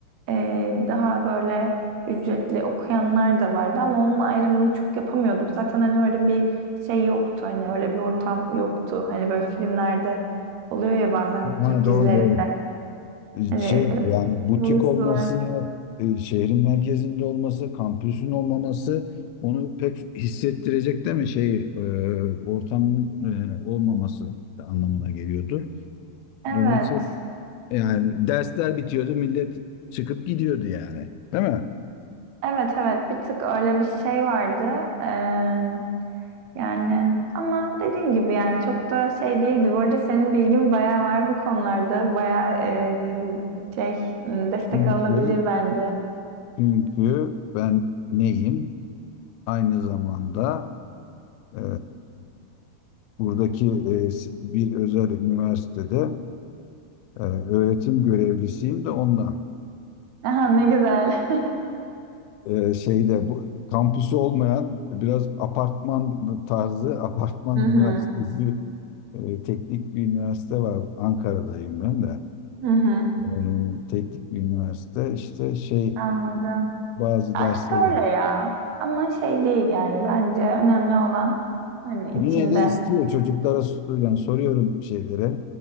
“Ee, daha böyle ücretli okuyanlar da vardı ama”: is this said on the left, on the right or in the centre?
Right